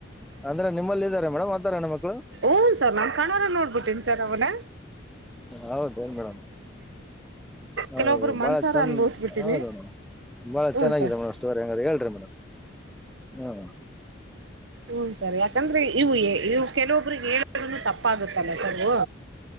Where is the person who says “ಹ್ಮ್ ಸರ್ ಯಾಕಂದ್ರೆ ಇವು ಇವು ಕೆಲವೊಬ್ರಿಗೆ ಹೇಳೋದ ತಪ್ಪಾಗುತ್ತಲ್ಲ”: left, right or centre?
Right